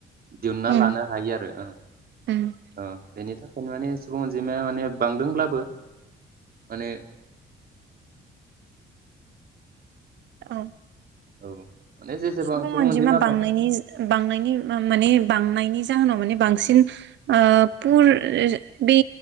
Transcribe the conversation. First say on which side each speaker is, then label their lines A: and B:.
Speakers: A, on the right; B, on the right.
A: दिहुनना
B: ओं
A: लानो हायो आरो ओ
B: ओं
A: ओ बेनि थाखायनो माने सुबुं अनजिमाया माने बांदोंब्लाबो माने
B: औ
A: औ माने जेसेबां
B: सुबुं अनजिमा बांनायनि
A: बां
B: बांनायनि माने बांनायनि जाहोनाव माने बांसिन ओ पुर बे